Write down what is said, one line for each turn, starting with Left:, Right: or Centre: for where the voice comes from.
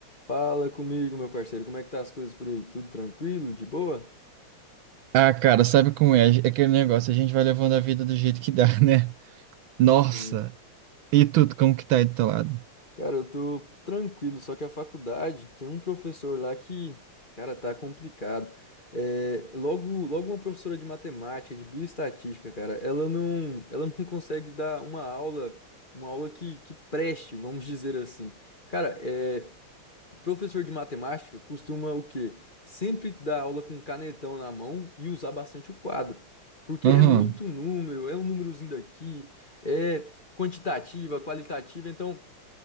Left: Fala comigo, meu parceiro. Como é que tá as coisas por aí? Tudo tranquilo? De boa?
Right: Ah, cara, sabe como é? É aquele negócio, a gente vai levando a vida do jeito que dá, <laughs> né? Nossa!
Left: Sim.
Right: E tudo, como que tá aí do teu lado?
Left: Cara, eu tô tranquilo, só que a faculdade tem um professor lá que, cara, tá complicado. É, logo, logo uma professora de matemática, de bioestatística, cara, ela não, ela não <laughs> consegue dar uma aula, uma aula que, que preste, vamos dizer assim. Cara, é, Professor de matemática costuma o quê? Sempre dar aula com canetão na mão e usar bastante o quadro. Porque
Right: Aham.
Left: é muito número, é um númerozinho daqui, é quantitativa, qualitativa, então,